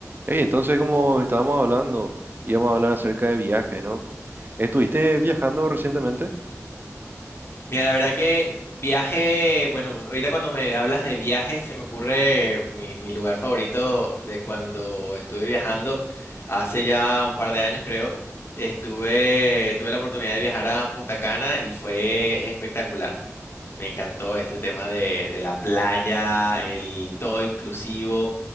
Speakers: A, on the right; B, on the left.
A: Hey, entonces, como estábamos hablando, íbamos a hablar acerca de viaje, ¿no? ¿Estuviste viajando recientemente?
B: Mira, la verdad que viaje, bueno, ahorita cuando me hablas de viaje se me ocurre mi, mi lugar favorito de cuando estuve viajando hace ya un par de años creo. Estuve, tuve la oportunidad de viajar a Punta Cana y fue espectacular. Me encantó este tema de, de la playa, el todo inclusivo.